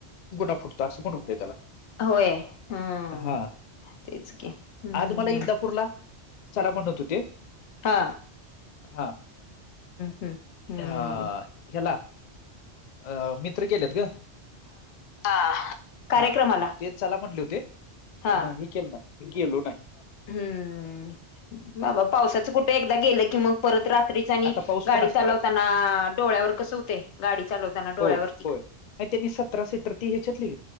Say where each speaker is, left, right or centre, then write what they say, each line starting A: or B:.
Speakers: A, on the left; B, on the left.
A: गुन्हा फुटतो असं पण होतं त्याला.
B: होय, हम्म,
A: हा
B: तेच की, हम्म.
A: आज मला इंदापूरला चला म्हणत होते.
B: हां.
A: हा,
B: हम्म हम्म
A: हा हेला अ मित्र गेलेत ग. हा,
B: कार्यक्रमाला
A: हा, ते चला म्हटले होते,
B: हा
A: पण हे केलं नाही. गेलो नाय.
B: हम्म, बाबा पावसाचं कुठ एकदा गेलं कि मग परत रात्रीच आणि,
A: आता पाऊस
B: गाडी
A: पण असणार
B: चालवताना
A: आहे
B: डोळ्यावर कसं होतय, गाडी चालवताना डोळ्यावर.
A: हो होय, आणि त्यांनी सतरा सीटर ती ह्याच्यातली,